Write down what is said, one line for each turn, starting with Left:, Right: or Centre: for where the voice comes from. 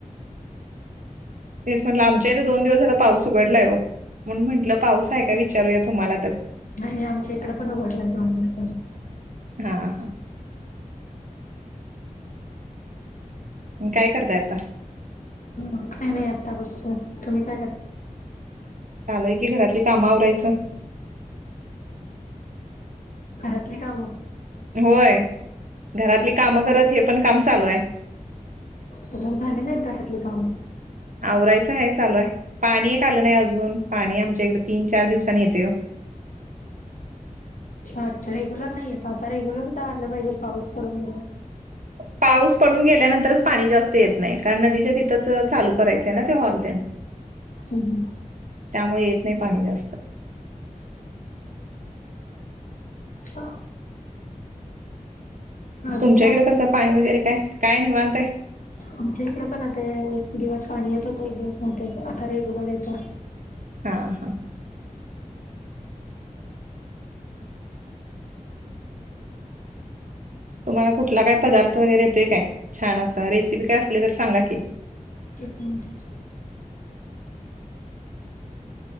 Right: तेच म्हटलं आमच्या इथे दोन दिवस झाला पाऊस उघडला आहे म्हणून म्हटलं पाऊस आहे का विचारूया तुम्हाला तर
Left: नाही आमच्या इकडे पण उघडलं दोन दिवस झालं.
Right: हा हा. काय करताय आता.
Left: ह् खा नाही आत्ता वस्ू तुम्ही काय करता.
Right: चालुय की घरातली काम आवरायचं.
Left: घरातले काम.
Right: होय घरातली कामं करत हे पण काम चालू आहे.
Left: पून झाले नाही घरातले गाव
Right: आवरायचं आहे चालू आहे पाणी एक आलं नाही अजून पाणी आमच्या इकडे तीन चार दिवसांनी येतय ओ.
Left: अच्छा रेग्युलर नाहीय आ आता रेग्युलर तर आलं पाहिजे पाऊस पडून गेल.
Right: पाऊस पडून गेल्यानंतरच पाणी जास्त येत नाही कारण नदीच्या तिथंच चालू करायचंय ना ते हॉलतेन <inaudible>
Left: हम् हम.
Right: त्यामुळे येत नाही पाणी जास्त
Left: अच्छा अजून
Right: तुमच्या
Left: काय
Right: इकडे
Left: म्हणताय
Right: कसं पाणी वगैरे काय काय नाही निवांत हाय.
Left: आमच्या इकडे पण आता एक दिवस पाणी येतोत एक दिवस नव्ह आता रेग्युलर येत.
Right: हा हा. तुम्हाला कुठला काय पदार्थ वगैरे येतोय काय छान असा रेसिपी काय असली तर सांगा की.
Left: तेक <unintelligible>